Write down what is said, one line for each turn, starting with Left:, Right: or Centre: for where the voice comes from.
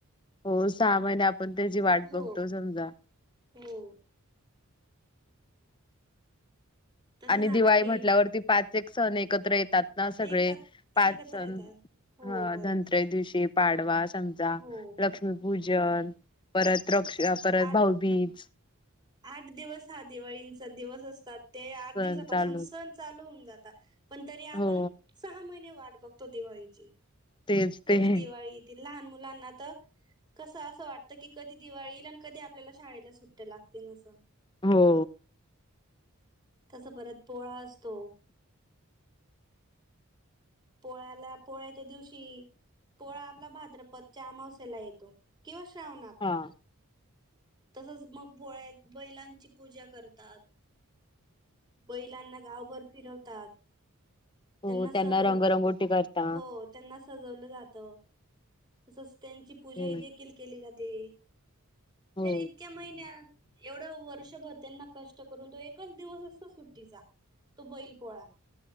Left: हो, सहा महिने आपण त्याची वाट
Right: हो
Left: बघतो समजा.
Right: हो. तसं
Left: आणि
Right: झालं
Left: दिवाळी
Right: की
Left: म्हटल्यावरती, पाच एक सण एकत्र येतात. सगळे
Right: एका
Left: पाच
Right: एकत्र
Left: सण.
Right: येतात हो
Left: ह
Right: बरोबर
Left: धनत्रयो दिवशी पाडवा समजा,
Right: हो
Left: लक्ष्मीपूजन, परत रक्ष परत
Right: आठ
Left: भाऊबीज.
Right: आठ दिवस हा दिवाळींचा दिवस असतात. ते आठ
Left: सण
Right: दिवसापासून,
Left: चालू
Right: सण चालू होऊन जातात. पण तरी
Left: हो
Right: आपण, सहा महिने वाट बघतो. दिवाळीची.
Left: तेच
Right: कधी
Left: ते
Right: दिवाळी लहान मुलांना त. कसं असं वाटतं, की कधी दिवाळी येईल आण, कधी आपल्याला शाळेला सुट्ट्या लाग तीन अस.
Left: हो.
Right: तस परत, पोळा असतो. पोळ्याला, पोळ्याच्या दिवशी. पोळा आपला भाद्रपदच्या अमावश्याला येतो, किंवा श्रावणात.
Left: हा.
Right: तसच मग पोळ्यात, बैलांची पूजा करतात. बैलांना गावभर फिरवतात.
Left: हो
Right: त्यांना सजव,
Left: रंगरंगोटी करता.
Right: हो. त्यांना सजवलं जात. तसच, त्यांची पूजा
Left: हम्म.
Right: देखील केली जाते.
Left: हो
Right: ते इतक्या महिन्यात. एवढं वर्षभर त्यांना कष्ट करून, तो एकच दिवस असतो, सुट्टीचा. तो बैल पोळा.